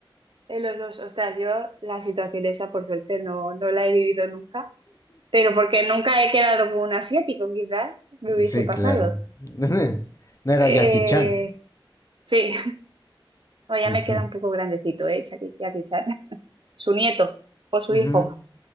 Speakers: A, on the right (about 70°); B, on the left (about 40°).
A: En los dos. Ostras, yo la situación esa por suerte no, no la he vivido nunca, pero porque nunca he quedado con un asiático, quizás me hubiese
B: Sí,
A: pasado.
B: claro. <laughs> No era
A: Eh,
B: Jackie Chan.
A: sí. No, ya
B: <laughs>
A: me queda un poco grandecito, ¿eh? Jackie, Jackie Chan. <laughs> Su nieto o su
B: Ujú,
A: hijo.